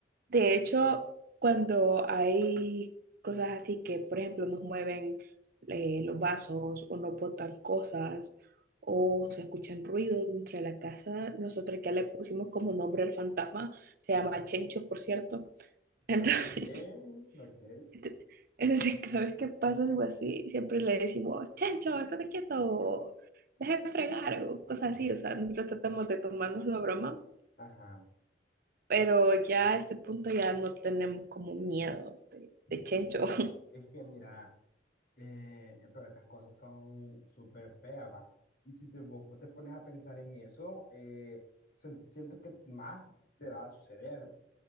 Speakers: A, on the right; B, on the left.
A: De hecho, cuando hay cosas así que, por ejemplo, nos mueven eh, los vasos o nos botan cosas o se escuchan ruidos dentro de la casa, nosotros ya le pusimos como nombre al fantasma, se llama Chencho, por cierto. Entonces,
B: Ok. Ok.
A: <laughs> entonces cada vez que pasa algo así, siempre le decimos, Chencho, estate quieto, deja de fregar o cosas
B: <laughs>
A: así. O sea, nosotros tratamos de tomarnos la broma
B: Ajá.
A: Pero ya a este punto ya no tenemos como miedo de, de
B: Sí,
A: Chencho. <laughs>
B: es que mira. Eh, entonces esas cosas son súper feas, va. Y si te, vos te pones a pensar en eso, eh, sen- siento que más te va a suceder.